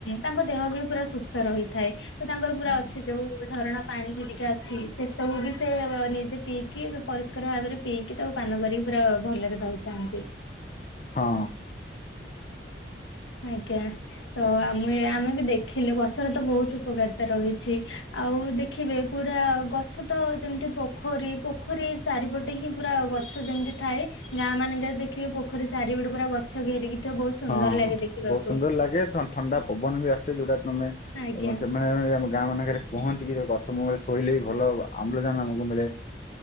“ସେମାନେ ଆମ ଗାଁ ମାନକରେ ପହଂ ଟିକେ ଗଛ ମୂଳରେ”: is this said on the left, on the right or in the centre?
Left